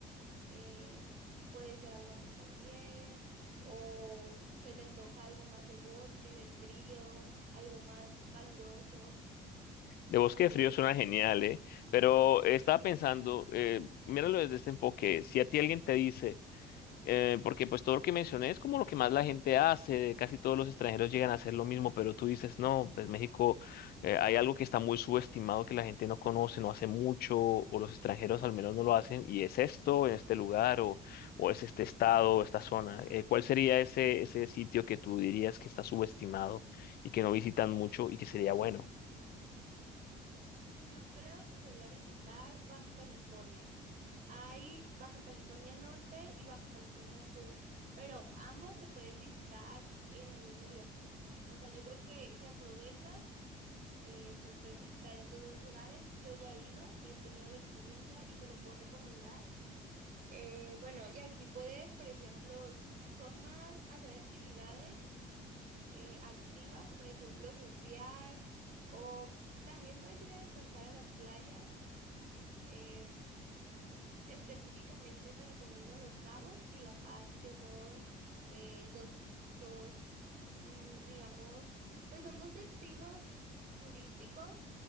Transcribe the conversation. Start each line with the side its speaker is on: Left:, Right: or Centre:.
Right: eh, puede ser algo así también, o se te antoja algo más de bosque, de frío, algo más caluroso,
Left: De Bosque
Right: como
Left: de
Right: que
Left: Frío
Right: se te
Left: suena
Right: antoja.
Left: genial, ¿eh? Pero eh, estaba pensando, eh, míralo desde este enfoque, si a ti alguien te dice, eh, porque pues todo lo que mencioné es como lo que más la gente hace, casi todos los extranjeros llegan a hacer lo mismo, pero tú dices, no, pues México, eh, hay algo que está muy subestimado que la gente no conoce, no hace mucho, o los extranjeros al menos no lo hacen, y es esto, en este lugar, o, o es este estado, o esta zona. Eh, ¿cuál sería ese, ese sitio que tú dirías que está subestimado y que no visitan mucho y que sería bueno?
Right: Yo creo que sería visitar Baja California. Hay Baja California Norte y Baja California Sur, pero ambos se pueden visitar en el mismo viaje. O sea, yo creo que si aprovechas, eh, pues puedes visitar estos dos lugares. Yo ya he ido, he tenido la experiencia y te lo puedo recomendar Eh, bueno, y aquí puedes, por ejemplo, s- son más hacer actividades eh, activas, por ejemplo, surfear o también puedes ir a descansar a las playas. eh, Específicamente te recomiendo Los Cabos y La Paz, que son eh, dos, dos, mm, digamos, pues son dos destinos turísticos.